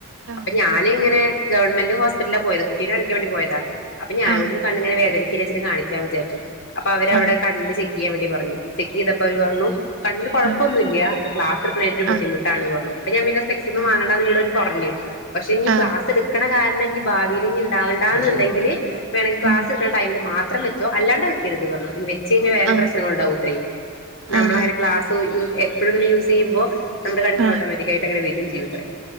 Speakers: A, on the right; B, on the left.
A: ആഹ്
B: അപ്പ ഞാന് ങ്ങനെ ഗവൺമെന്റ് ഹോസ്പിറ്റൽലാ പോയത്. കുട്ടീനെ കാണിക്കാം വേണ്ടി പോയതാ. അപ്പൊ ഞാന്വ്ട്ന്ന്.....
A: ആഹ്
B: കണ്ണ്ങ്ങനെ വേദനിക്കല്ലെച്ചിട്ട് കാണിക്കാൻ വിചാരിച്ചു. അപ്പൊ അവരെ അവടെ
A: ആഹ്
B: കണ്ണ് ചെക്കെ യ്യാൻ വേണ്ടി പറഞ്ഞു. ചെക്കെയ്തപ്പൊ അവര് പറഞ്ഞു കണ്ണിന് കൊഴപ്പൊന്നുല്യാ.
A: ആഹ്
B: ക്ലാസ് ട്‌ക്ക്ണേൻ്റെ
A: ആഹ്
B: ബുദ്ധിമു.... ട്ടാണ് പറഞ്ഞു. അപ്പൊ ഞാൻ പിന്നെ സ്പെക്സ് ഒന്നും
A: ആഹ്
B: വാങ്ങണ്ടാന്ന് ന്നോട് അവര് പറഞ്ഞു. പക്ഷെ ഞ്ഞി
A: ആഹ്
B: ക്ലാസ്ട് ട് ക്കെണ കാരണം ഇനി ഭാവീല് ഞ്ഞി ണ്ടാവണ്ടാ ന്ന് ണ്ടെങ്കില് വേണങ്കി ക്ലാസ്ട്ക്ക്ണ-
A: ഉം
B: ടൈമ് ല് മാത്രം വെച്ചൊ. അല്ലാണ്ട വെക്കരുത് പർഞ്ഞു. വെ ച്ചെഴിഞ്ഞാ വേറെം
A: ആഹ്
B: പ്രശ്നങ്ങൾണ്ടാവുംത്രേ. നമ്മളങ്ങെ
A: ആഹ്
B: ക്ലാസ് ഒ ഴു എപ്പഴും ങ്ങനെ യൂസെയ്യ് മ്പൊ നമ്മുടെ കണ്ണ്ന്
A: ആഹ്
B: ഓട്ടോമെറ്റിക്കായിട്ട് അങ്ങനെ വരും ചെയ്യ ത്രെ.